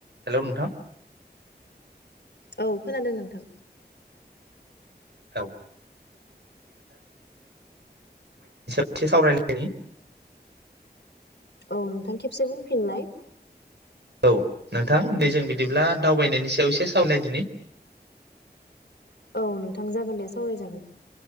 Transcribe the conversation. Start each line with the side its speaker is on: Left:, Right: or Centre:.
Right: Hello नोंथां
Left: औ खोनादों नोंथां
Right: औै <unintelligible> सावरायलायनि
Left: औ नोंथां खेबसे बुंफिनलाय।
Right: औ नोंथां दि जों बिदिब्ला दावबायनायनि सायाव इसे सावलायदिनि।
Left: औ नोंथां जागोन दे सावरायजागोन।